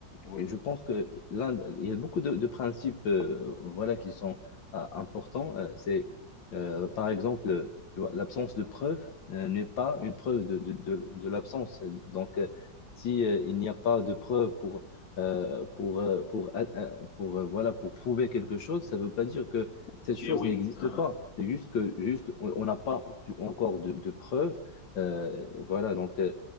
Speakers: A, on the left; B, on the left.
A: Oui.
B: je pense que l'un, il y a beaucoup de, de principes euh, voilà, qui sont euh, importants. Euh, c'est, euh, par exemple, tu vois, l'absence de preuve euh, n'est pas une preuve de, de, de- de l'absence. Donc, euh, si euh, il n'y a pas de preuve pour, euh, pour, euh, pour, euh, euh, pour, euh, voilà, pour prouver quelque chose, ça ne veut pas dire que cette
A: Ok,
B: chose
A: oui.
B: n'existe
A: Uh-huh.
B: pas. C'est juste que juste, on on n'a pas tu- encore de, de preuves. Euh, voilà, donc euh,